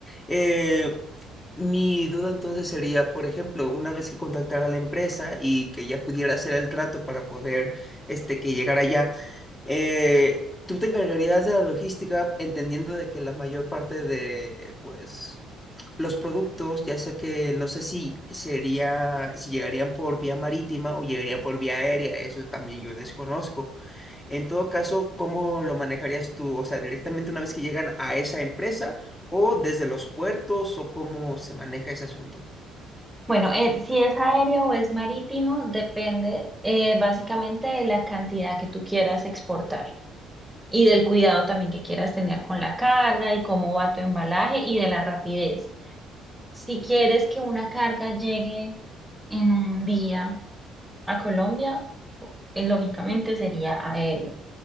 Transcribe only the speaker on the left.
Eh, mi duda entonces sería, por ejemplo, una vez que contactara a la empresa y que ya pudiera hacer el trato para poder, este, que llegara allá, eh, ¿tú te encargarías de la logística entendiendo de que la mayor parte de, pues... Los productos, ya sea que no sé si sería, si llegarían por vía marítima o llegarían por vía aérea, eso también yo desconozco. En todo caso, ¿cómo lo manejarías tú? O sea, directamente una vez que llegan a esa empresa o desde los puertos o cómo se maneja ese asunto.